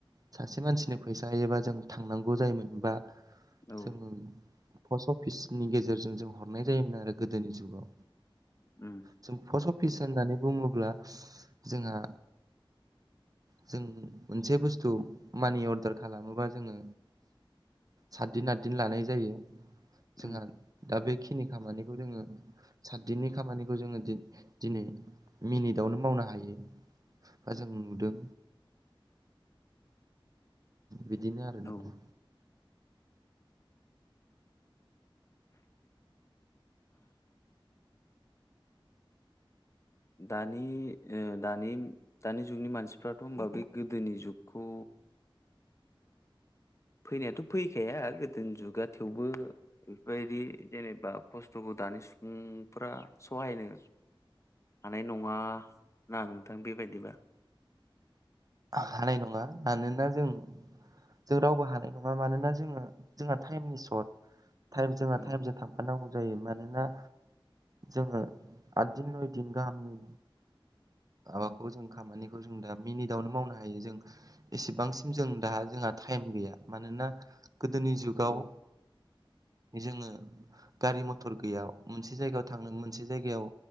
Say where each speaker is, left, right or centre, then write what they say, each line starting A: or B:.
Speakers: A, on the right; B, on the left.
A: सासे मानसिनो फैसा होयोबा जों थांनांगौ जायोमोन बा
B: औ
A: जों पस्ट अफिसनि गेजेरजों जों हरनाय जायोमोन आरो गोदोनि जुगाव।
B: उम
A: जों पस्ट अफिस होननानै बुङोब्ला जोंहा जों मोनसे बुस्थु मानि अर्दार खालामोबा जोङो सातदिन आतदिन लानाय जायो जोंहा
B: उम
A: दा बेखिनि खामानिखौ जोङो सातदिननि खामानिखौ जोङो दिन-दिनै मिनिटावनो मावनो हायो। बा जों नुदों। बिदिनो आरोना।
B: औ दानि ओ दानि दानि जुगनि मानसिफ्राथ' होमबा बे गोदोनि जुगखौ फैनायाथ' फैखाया गोदोनि जुगा थेवबो बेफोरबायदि जेनेबा खस्थ'खौ दानि सुबुंफोरा सहायनो हानाय नङा ना नोंथां बेबायदिबा
A: हानाय नङा मानोना जों जों रावबो हानाय नङा मानोना जोङो जोंहा टाइमनि सर्ट जोंना
B: उम
A: टाइमजों थां नांगौ जायो मानोना जोङो आद दिन नय दिन गाहामनि माबाखौ जों खामानिखौ जों दा मिनिटावनो मावनो हायो जों एसेबांसिम जों दा जोंहा टाइम गैया मानोना गोदोनि जुगाव
B: औ
A: जोङो गारि मथर गैया मोनसे जायगायाव थांनो मोनसे जायगायाव